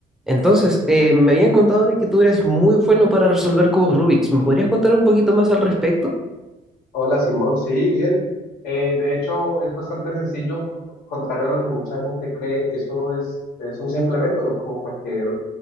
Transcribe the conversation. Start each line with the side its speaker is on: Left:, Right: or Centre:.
Centre: Entonces, eh, me habían contado de que tú eres muy bueno para resolver cubos Rubik's. ¿Me podrías contar un poquito más al respecto?
Left: Hola Simón, sí, bien. Eh, de hecho, es bastante sencillo, contrario a lo que mucha gente cree, eso es, es un simple método, como cualquier